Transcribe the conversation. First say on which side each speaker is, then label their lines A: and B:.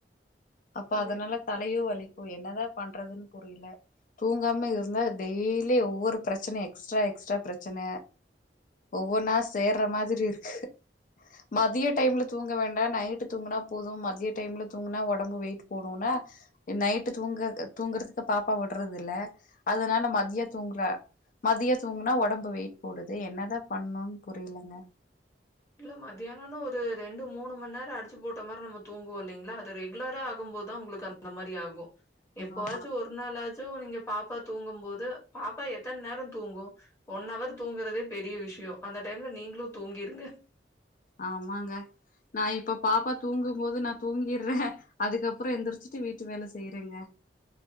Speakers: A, on the left; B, on the left.
A: அப்பா
B: அதேதான்.
A: அதனாலோ தலையோ வலி இப்ப என்னதான் பண்றதுன்னு புரியல தூங்காம இருந்தா டெய்லியே ஒவ்வொரு பிரச்சன எக்ஸ்ட்ரா எக்ஸ்ட்ரா பிரச்சன ஒவ்வொன்ன சோர மாதிரி இருக்கு மதியா டைம்ல தூங்க வேண் நைட்டு தூங்கினா போதும் மதியா டைம்ல தூங்கினா உடம்பு வெயிட் போடும்னா நைட்டு தூங்க தூங்குறதுக்கு பாப்பா விடுறது இல்ல அதனால மதியம் தூங்கல மதியம் தூங்கனா உடம்பு வெயிட் போடுது என்னதான் பண்ணணும் புரியலங்க
B: இல்ல மத்தியானம்ன்ன ஒரு ரெண்டு மூணு மணி நேரம் அடிச்சு போட்ட மாரி நம்ம தூங்குவோம் இல்லங்களா அது ரெகுலரா ஆகும் போது தான் உங்களுக்கு அந்த மாதிரி ஆகும் எப்போ
A: ஆமா
B: ஆச்சும் ஒரு நாள்லா ச்சும் து நீங்க பாப்பா தூங்கும்போது பாப்பா எத்தன நேரம் தூங்கும் ஒன் அவர் தூங்குறதே பெரிய விஷயம் அந்த டைம்ல நீங்களும் தூங்கிருங்க
A: ஆமாங்க நா இப்ப பாப்பா தூங்கும்போது நா தூங்கடுறேன் அதுக்கப்புறம் எந்திரிச்சுட்டு வீட்டு வேல செய்யறேங்க